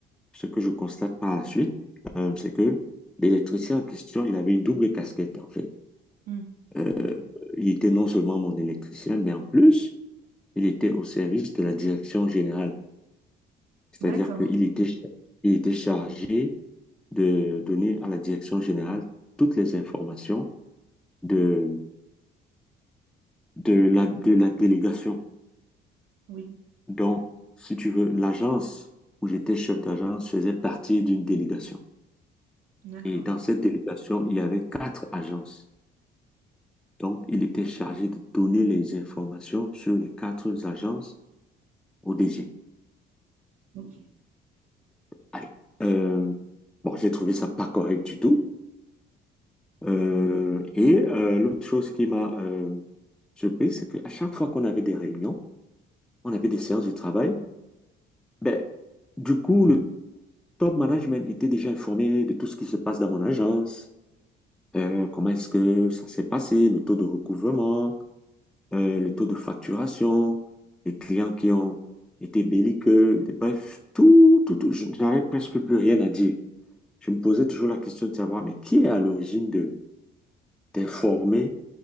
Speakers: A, in the centre; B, on the right.
A: Ce que je constate par la suite, euh, c'est que l'électricien en question, il avait une double casquette, en fait.
B: Hmm,
A: Euh, il était non seulement mon électricien, mais en plus, il était au service de la direction générale. C'est-à-dire
B: d'accord,
A: qu'il était, il était chargé de donner à la direction générale toutes les informations de, de la, de la délégation.
B: oui.
A: Donc, si tu veux, l'agence où j'étais chef d'agence faisait partie d'une délégation.
B: D'accord,
A: Et dans cette délégation, il y avait quatre agences. Donc, il était chargé de donner les informations sur les quatre agences au DG.
B: ok.
A: Allez. Euh, bon, j'ai trouvé ça pas correct du tout. Euh, et euh, l'autre chose qui m'a euh, surpris, c'est qu'à chaque fois qu'on avait des réunions, on avait des séances de travail, ben, du coup, le top management était déjà informé de tout ce qui se passe dans mon agence, euh, comment est-ce que ça s'est passé, le taux de recouvrement, euh, le taux de facturation, les clients qui ont été belliqueux, bref, tout, tout, tout. Je n'avais presque plus rien à dire. Je me posais toujours la question de savoir, mais qui est à l'origine de d'informer